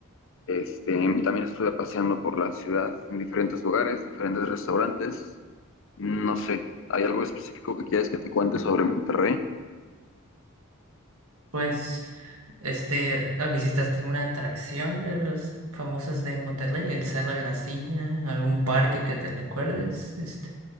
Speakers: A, on the left; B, on the right.
A: Este, y también estuve paseando por la ciudad en diferentes lugares, diferentes restaurantes. No sé, ¿hay algo específico que quieras que te cuente sobre Monterrey?
B: Pues Este, ah, ¿visitaste alguna atracción de los famosos de Monterrey? ¿El Cerro de la Silla? ¿Algún parque que te recuerdes? Este,